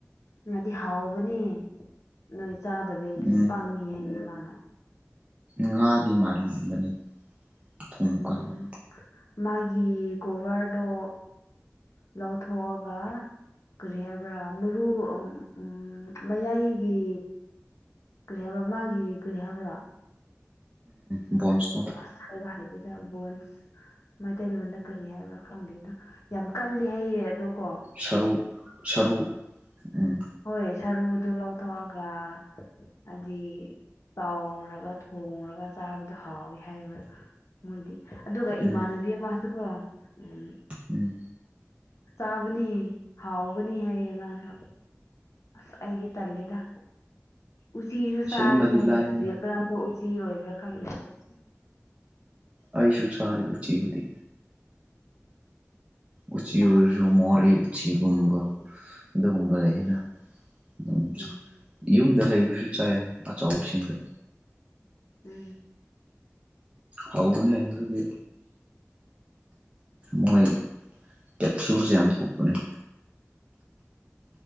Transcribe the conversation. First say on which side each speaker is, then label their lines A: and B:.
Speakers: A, on the left; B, on the right.
A: ꯉꯗꯤ ꯍꯥꯎꯕꯅꯦ ꯅꯣꯏ ꯆꯥꯗꯕꯩꯅꯦ
B: ꯎꯝ
A: ꯄꯪꯉꯤ ꯍꯥꯏꯌꯦ ꯃꯥꯅ
B: ꯉꯥꯗꯤ ꯃꯟꯕꯅꯤ ꯊꯣꯡ ꯀꯟꯕ
A: ꯎꯝ ꯃꯥꯒꯤ ꯒꯣꯚꯔꯗꯣ ꯂꯧꯊꯣꯛꯑꯒ ꯀꯔꯤ ꯍꯥꯏꯕ꯭ꯔꯥ ꯃꯨꯔꯨ ꯎꯝ ꯃꯌꯥꯏꯒꯤ ꯀꯔꯤ ꯍꯥꯏꯕ꯭ꯔꯣ ꯃꯥꯒꯤ ꯀꯔꯤ ꯍꯥꯏꯕ꯭ꯔꯥ
B: ꯕꯣꯟꯁ
A: ꯑꯁ ꯍꯥꯏꯕ ꯍꯥꯏꯕꯤꯗ ꯕꯣꯟꯁ ꯃꯩꯇꯩꯂꯣꯟꯗ ꯀꯔꯤ ꯍꯥꯏꯕ꯭ꯔꯥ ꯈꯪꯗꯦ ꯑꯗꯣ ꯌꯥꯝ ꯀꯜꯂꯤ ꯍꯥꯏꯌꯦ ꯑꯗꯣ ꯀꯣ
B: ꯁꯔꯨ ꯁꯔꯨ ꯎꯝ
A: ꯍꯣꯏ ꯁꯔꯨꯗꯣ ꯂꯧꯊꯣꯛꯑꯒ ꯍꯥꯏꯗꯤ ꯆꯥꯎꯔꯒ ꯊꯣꯡꯉꯒ ꯆꯥꯕꯗꯣ ꯍꯥꯎꯋꯤ ꯍꯥꯏꯌꯦꯕ ꯃꯣꯏꯗꯤ ꯑꯗꯨꯒ
B: ꯎꯝ
A: ꯏꯃꯥꯟꯅꯕꯤ ꯑꯃꯁꯨꯀꯣ ꯎꯝ
B: ꯎꯝ
A: ꯆꯥꯕꯅꯤ ꯍꯥꯎꯕꯅꯤ ꯍꯥꯏ ꯃꯁꯨ ꯑ ꯑꯩꯗꯤ ꯇꯜꯂꯦꯗ ꯎꯆꯤꯁꯨꯨ ꯁꯥꯏ
B: ꯁꯦꯝꯕꯗꯤ
A: ꯍꯥꯏꯌꯦ
B: ꯂꯥꯏꯕꯅꯤ
A: ꯔꯦꯗ ꯀꯔꯝꯕ ꯎꯆꯤ ꯑꯣꯏꯕ꯭ꯔꯥ ꯈꯪꯗꯦ
B: ꯑꯩꯁꯨ ꯁꯔꯦ ꯎꯎꯆꯤꯕꯨꯗꯤ ꯎꯆꯤ
A: ꯆꯥꯗꯦꯗ
B: ꯑꯣꯏꯁꯨ ꯃꯣꯔꯦ ꯎ ꯎꯆꯤꯒꯨꯝ ꯑꯗꯨꯒꯨꯝ ꯂꯩꯅ
A: ꯎꯝ
B: ꯑꯩꯅ
A: ꯎꯝ
B: ꯎ ꯌꯨꯝꯗ ꯂꯩꯕꯁꯨ ꯆꯥꯏ ꯑꯆꯧꯕꯁꯤꯡꯗꯣ
A: ꯎꯝ
B: ꯍꯧꯕꯅꯦ ꯑꯗꯨꯗꯤ ꯃꯣꯏ ꯀꯦꯠ ꯁꯨꯁ ꯌꯥꯝ ꯊꯣꯛꯄꯅꯦ